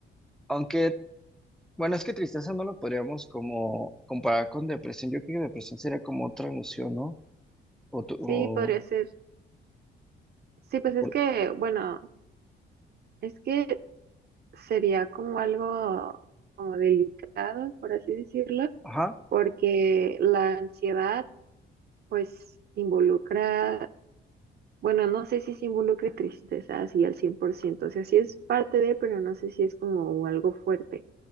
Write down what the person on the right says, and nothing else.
Sí, podría ser. Sí, pues es
que, bueno, es que sería como algo como delicado, por así decirlo,
porque la ansiedad pues involucra, bueno, no sé si se involucre tristeza así al 100%, o sea, sí es parte de, pero no sé si es como algo fuerte.